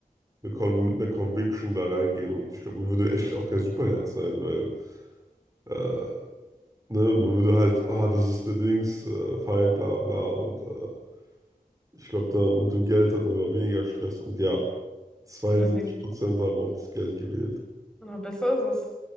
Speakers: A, on the right; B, in the centre.
A: eine Con mit einer Conviction da reingehen und ich glaube, man würde echt auch kein Superheld sein, weil äh, ne, man würde halt, ah, das ist der Dings, äh, Feind, bla bla und äh, ich glaube, da mit dem Geld hat man mal weniger Stress und ja, 72%
B: Dann denke ich,
A: haben auch das Geld gewählt.
B: na, besser ist es.